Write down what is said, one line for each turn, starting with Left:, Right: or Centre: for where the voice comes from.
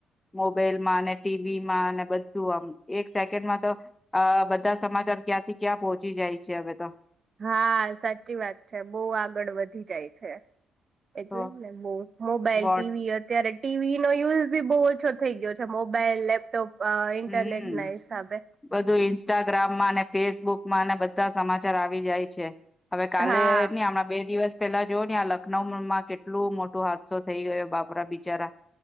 Left: મો બાઈલ માને ટીવીી માને બધું આમ એક સેકન્ડમાં તો બધા સમાચાર ક્યાંથી ક્યાં પહોંચી જાય છે હવે તો
Right: હા સાચી વાત છે બહુ આગળ વધી જાય છે એટલે
Left: તો
Right: ને બ મોબાઈલ
Left: વોટ
Right: ટીવી અત્યારે ટીવી નો યુઝ બી બહુ ઓછો થઈ ગયો છે મોબાઈલ લેપટોપ અ ન્ટરનેટ
Left: હમ
Right: ન હિસાબે
Left: બધું ઇન્સ્ટાગ્રામમાં અને ફેસબુકમાં ને બધા સમાચાર આવી જાય છે હવે કાલે
Right: હા
Left: ની હમણાં બે દિવસ પેલા જોવ ને આ લખનઉમાં કેટલું મોટો હાદસો થઈ ગયો બાપરા બિચારા